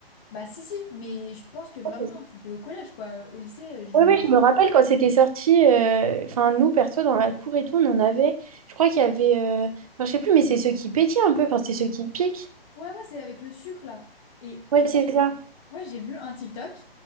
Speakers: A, on the left; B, on the right.
A: Bah, si, si, mais je pense que vraiment,
B: Oui,
A: c'était au collège, quoi. Au lycée, je
B: oui, je me rappelle quand c'était sorti, euh, enfin nous, perso, dans la cour et tout, on en avait, je crois qu'il y avait, euh, enfin je sais plus, mais c'est ceux qui pétillent un peu, enfin c'est ceux qui piquent.
A: Ouais, ouais, c'est avec le sucre là. Et
B: Ouais,
A: tu vois,
B: c'est ça.
A: ouais, j'ai vu un TikTok